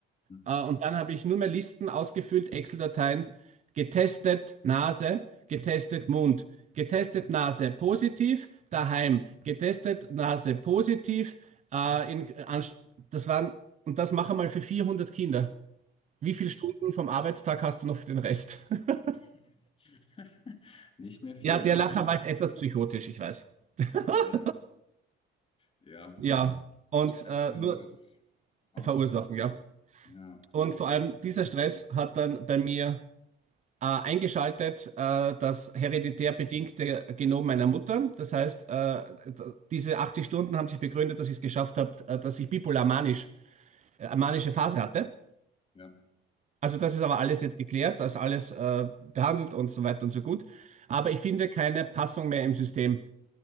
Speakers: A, on the left; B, on the right.
A: Mhm.
B: äh, und dann habe ich nur mehr Listen ausgefüllt, Excel-Dateien, getestet Nase, getestet Mund, getestet Nase positiv, daheim, getestet Nase positiv. Äh, in, anst- das waren, und das mache mal für 400 Kinder. Wie viele Stunden vom Arbeitstag hast du noch für den Rest? <laughs>
A: <laughs> Nicht mehr viele.
B: Ja, der
A: <laughs>
B: Lacher
A: Mhm.
B: war jetzt etwas psychotisch, ich weiß.
A: Ja.
B: <laughs>
A: Ja.
B: Ja, und
A: Stress
B: äh,
A: kann
B: nur
A: sowas auswirken.
B: verursachen, ja.
A: Ja.
B: Und vor allem
A: Mhm.
B: dieser Stress hat dann bei mir äh, eingeschaltet äh, das hereditär
A: Mhm.
B: bedingte Genom meiner Mutter. Das heißt, äh, diese 80 Stunden haben sich begründet, dass ich es geschafft habe, äh, dass ich bipolar manisch, äh, manische Phase hatte.
A: Ja.
B: Also das ist
A: Ja.
B: aber alles jetzt geklärt, das ist alles äh, behandelt und so weiter und so gut. Aber
A: Mhm.
B: ich finde keine Passung mehr im System.